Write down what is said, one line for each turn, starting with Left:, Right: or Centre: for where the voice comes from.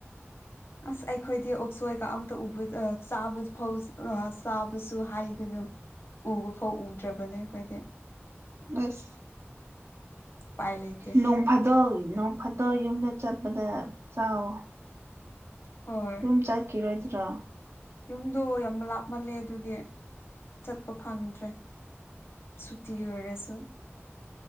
Left: ꯑꯁ ꯑꯩꯈꯣꯏꯗꯤ ꯑꯣꯛꯁꯣꯏꯒ ꯑꯝꯇ ꯎꯕ ꯆꯥ ꯐ ꯆꯥꯕꯁꯨ ꯍꯥꯏꯒꯅꯨ ꯎꯕ ꯐꯧ ꯎꯗ꯭ꯔꯕꯅꯦ ꯑꯩꯈꯣꯏꯗꯤ
Right: ꯑꯁ
Left: ꯎꯄꯥꯏ ꯂꯩꯇꯦ
Right: ꯅꯣꯡꯐꯥꯗ ꯅꯣꯡ ꯐꯠꯇꯣ ꯌꯨꯝꯗ ꯆꯠꯄꯗ ꯆꯥꯎꯋ
Left: ꯍꯣꯏ
Right: ꯌꯨꯝ ꯆꯠꯈꯤꯔꯣꯏꯗ꯭ꯔꯣ
Left: ꯌꯨꯝꯗꯣ ꯌꯥꯝ ꯂꯥꯞꯃꯜꯂꯦ ꯑꯗꯨꯒꯤ ꯆꯠꯄ ꯐꯪꯗ꯭ꯔꯦ ꯁꯨꯇꯤ ꯑꯣꯏꯔꯁꯨ